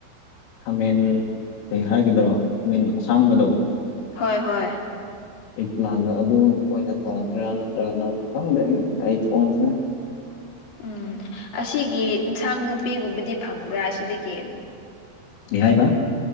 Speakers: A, on the left; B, on the left.
A: ꯈꯥꯃꯦꯟ ꯀꯩ ꯍꯥꯏꯒꯗꯔꯣ ꯈꯥꯃꯦꯟ ꯑꯁꯥꯡꯕꯗꯣ
B: ꯍꯣꯏ ꯍꯣꯏ
A: ꯑꯦꯛ ꯄ꯭ꯂꯥꯟꯗꯣ ꯑꯗꯨ ꯑꯣꯏꯅ ꯊꯣꯡꯁꯤꯔꯥ ꯅꯠꯇ꯭ꯔꯒꯅ ꯈꯪꯗꯦ ꯀꯩ ꯊꯣꯡꯁꯤꯔꯥ
B: ꯎꯝ ꯑꯁꯤꯒꯤ ꯏꯟꯁꯥꯡ ꯅꯨꯄꯤꯒꯨꯝꯕꯗꯤ ꯐꯪꯕ꯭ꯔꯥ ꯁꯤꯗꯒꯤ
A: ꯀꯩ ꯍꯥꯏꯕ